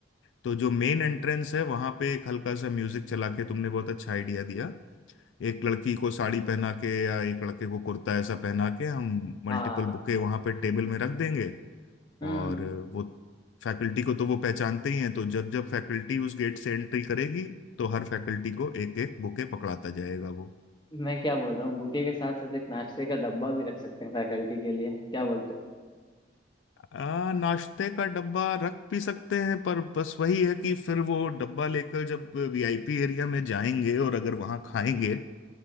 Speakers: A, on the left; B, on the left.
A: तो जो मेन एंट्रेंस है वहां पे एक हल्का सा म्यूजिक चला के तुमने बहुत अच्छा आइडिया दिया एक लड़की को साड़ी पहना के या एक लड़के को कुर्ता ऐसा पहना के हम मल्टीपल
B: हाँ हाँ
A: बुके वहां पे टेबल में रख देंगे
B: हम्म
A: और वो फैकल्टी को तो वो पहचानते ही हैं तो जब जब फैकल्टी उस गेट से एंट्री करेगी तो हर फैकल्टी को एक एक बुके पकड़ाता जाएगा वो
B: मैं क्या बोल रहा हूँ बुके के साथ साथ एक नाश्ते का डब्बा भी रख सकते हैं फैकल्टी के लिए क्या बोलते हो
A: आ, नाश्ते का डब्बा रख भी सकते हैं पर बस वही है कि फिर वो डब्बा लेकर जब वीआईपी एरिया में जाएंगे और अगर वहां खाएंगे